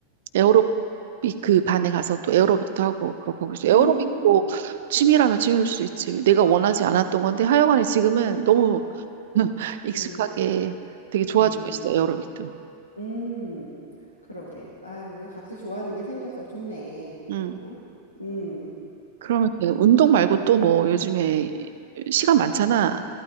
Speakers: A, on the right; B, on the left.
A: 에어로빅 그 반에 가서 또 에어로빅도 하고 그렇게 하고 있어요.
B: 음,
A: 에어로빅도 취미라면 취미일 수 있지. 내가 원하지 않았던 건데 하여간에 지금은 너무 <laughs> 익숙하게
B: 음,
A: 되게 좋아지고
B: 음,
A: 있어, 에어로빅도.
B: 음. 그러게. 아, 우리가 각자 좋아하는 게 생겨서 좋네.
A: 음.
B: 응, 음,
A: 그러면 운동 말고 또 뭐 요즘에 시간 많잖아.